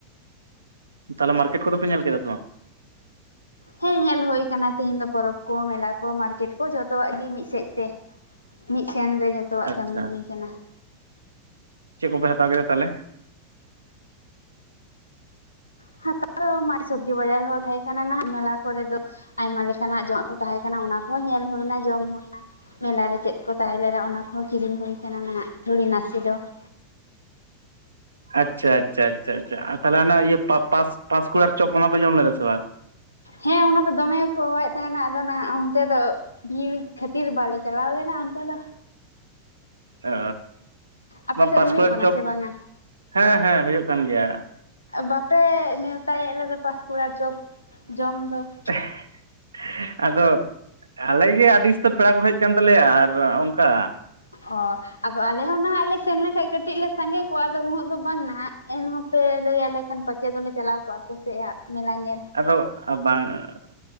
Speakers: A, on the right; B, on the left.
A: ᱛᱟᱦᱞᱮ ᱢᱟᱨᱠᱮᱴ ᱠᱚᱫᱚ ᱯᱮ ᱧᱮᱞ ᱠᱮᱫᱟ ᱥᱮ ᱵᱟᱝ?
B: ᱦᱮᱸ ᱧᱮᱞ ᱦᱳᱭ ᱠᱟᱱᱟ ᱛᱤᱦᱤᱧ ᱫᱚ ᱯᱚᱨᱚᱵ ᱠᱚ ᱢᱮᱞᱟ ᱠᱚ ᱢᱟᱨᱠᱮᱴ ᱠᱚ ᱡᱚᱛᱚᱣᱟᱜ ᱜᱮ ᱢᱤᱫ ᱥᱮᱫ ᱛᱮ, ᱢᱤᱫ ᱥᱮᱱ ᱨᱮ ᱡᱷᱚᱛᱚᱣᱟᱜ
A: ᱟᱪᱪᱷᱟ
B: ᱠᱟᱹᱢᱤ ᱦᱩᱭ ᱠᱟᱱᱟ ᱾
A: ᱪᱮᱫ ᱠᱚᱯᱮ ᱦᱟᱛᱟᱣ ᱠᱮᱫᱟ ᱛᱟᱦᱞᱮ?
B: ᱦᱟᱛᱟᱣ ᱫᱚ ᱢᱟ ᱥᱚᱵᱡᱤ ᱵᱟᱡᱟᱨ ᱦᱚᱸ, ᱛᱟᱸᱦᱮ ᱠᱟᱱᱟ ᱱᱟᱦᱟᱜ ᱢᱮᱞᱟ ᱠᱚᱨᱮ ᱫᱚ ᱟᱭᱢᱟ ᱞᱮᱠᱟᱱᱟᱜ ᱡᱚᱢᱟᱜ ᱠᱚ ᱛᱟᱦᱮᱸ ᱠᱟᱱᱟ ᱚᱱᱟ ᱠᱚ ᱧᱮᱞ ᱦᱩᱭᱱᱟ ᱡᱚᱢ ᱦᱩᱭᱱᱟ, ᱢᱮᱞᱟ ᱨᱮ ᱪᱮᱫ ᱠᱚ ᱛᱟᱦᱮᱸ ᱞᱮᱱᱟ ᱚᱱᱟ ᱠᱚᱦᱚᱸ ᱠᱤᱨᱤᱧ ᱦᱩᱭ ᱠᱟᱱᱟ ᱱᱟᱦᱟᱜ ᱛᱷᱩᱲᱤ ᱱᱟᱥᱮ ᱫᱚ ᱾
A: ᱟᱪᱪᱷᱟ ᱟᱪᱪᱷᱟ ᱟᱪᱪᱷᱟ ᱟᱪᱷᱟ ᱛᱟᱦᱚᱞᱮ ᱚᱱᱟ ᱤᱭᱟᱹ ᱯᱟ ᱯᱟᱥ ᱯᱟᱥᱠᱩᱲᱟᱨ ᱪᱚᱯ ᱚᱱᱟ ᱯᱮ ᱡᱚᱢ ᱞᱮᱫᱟ ᱥᱮ ᱵᱟ?
B: ᱦᱮᱸ ᱚᱱᱟ ᱫᱚ ᱫᱚᱢᱮ ᱜᱮᱠᱚ ᱦᱚᱦᱚᱭᱮᱫ ᱛᱟᱦᱮᱱᱟ ᱟᱫᱚ ᱱᱟᱦᱟᱜ ᱚᱱᱛᱮ ᱫᱚ ᱵᱷᱤᱲ ᱠᱷᱟᱹᱛᱤᱨ ᱵᱟᱞᱮ ᱪᱟᱞᱟᱣ ᱞᱮᱱᱟ ᱟᱱᱛᱮ ᱫᱚ
A: ᱚ,
B: ᱟᱯᱮ
A: ᱵᱟ
B: ᱥᱮᱫ
A: ᱯᱟᱥᱠᱩᱲᱟᱨ
B: ᱫᱚ ᱦᱩᱭᱩᱜ ᱠᱟᱱᱟ
A: ᱪᱚᱯ,
B: ᱥᱮ ᱵᱟᱝᱟ
A: ᱦᱮᱸ, ᱦᱮᱸ ᱦᱳᱭᱳᱜ ᱠᱟᱱ ᱜᱮᱭᱟ᱾
B: ᱵᱟᱯᱮ ᱱᱮᱣᱛᱟᱭᱮᱫ ᱞᱮᱫᱮ ᱯᱟᱥᱠᱩᱲᱟᱨ ᱪᱚᱯ ᱡᱚᱢ ᱫᱚ ᱾
A: <unintelligible> ᱟᱫᱚ ᱟᱞᱮ ᱜᱮ ᱟᱹᱰᱤ ᱩᱥᱛᱟᱹᱨ ᱯᱮᱲᱟ ᱠᱚ ᱦᱮᱡ ᱟᱠᱟᱱ ᱛᱟᱞᱮᱭᱟ ᱟᱨ ᱚᱝᱠᱟ
B: ᱚ, ᱟᱫᱚ ᱟᱞᱮ ᱦᱚᱸ ᱱᱟᱦᱟᱜ ᱞᱮ ᱥᱮᱱ ᱞᱮᱱᱠᱟᱱ ᱠᱷᱟᱡ ᱠᱟᱹᱴᱤᱡ ᱞᱮ ᱥᱟᱸᱜᱮ ᱠᱚᱜᱼᱟ ᱟᱫᱚ ᱩᱱᱟᱹᱜ ᱫᱚ ᱵᱟᱝ ᱱᱟᱦᱟᱜ ᱮᱱᱦᱚᱸ, ᱯᱮ ᱞᱟᱹᱭᱟᱞᱮ ᱠᱷᱟᱱ ᱯᱟᱪᱮᱫ ᱫᱚᱞᱮ ᱪᱟᱞᱟᱣ ᱠᱚᱜᱼᱟ ᱟᱯᱮ ᱥᱮᱡ-ᱟᱜ ᱢᱮᱞᱟ ᱧᱮᱞ ᱾
A: ᱟᱫᱚ ᱵᱟᱝ <unintelligible>